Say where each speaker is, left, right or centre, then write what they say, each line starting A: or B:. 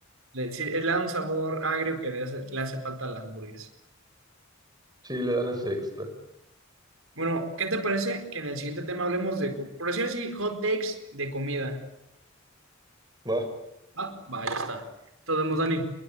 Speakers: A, on the right; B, on the right.
A: le, sí, le da un sabor agrio que le hace, le hace falta a la hamburguesa.
B: Sí, le dan ese extra.
A: Bueno, ¿qué te parece que en el siguiente tema hablemos de, co- por decir así, hot takes de comida?
B: Va.
A: Ah, va, ya está. Nos vemos, Dani.